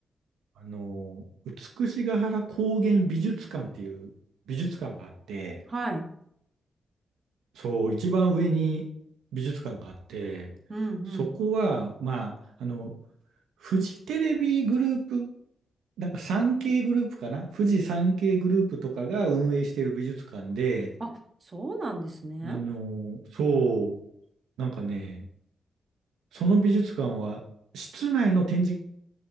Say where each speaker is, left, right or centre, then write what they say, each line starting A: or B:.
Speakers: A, on the right; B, on the right.
A: あの、美しが原高原美術館っていう美術館があって、
B: はい。
A: そう、一番上に美術館があって、
B: うんうん。
A: そこは、まあ、あの、フジテレビグループ、なんか 3K グループかな富士 3K グループとかが運営している美術館で、
B: あ、そうなんですね。
A: あの、そう、なんかね、その美術館は、室内の展示